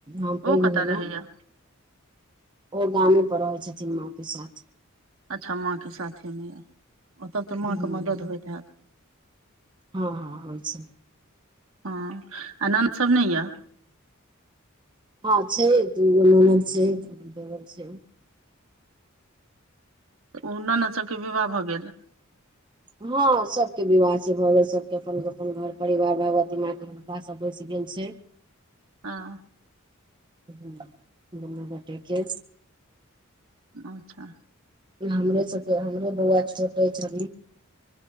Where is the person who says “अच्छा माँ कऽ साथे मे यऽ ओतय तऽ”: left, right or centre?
Right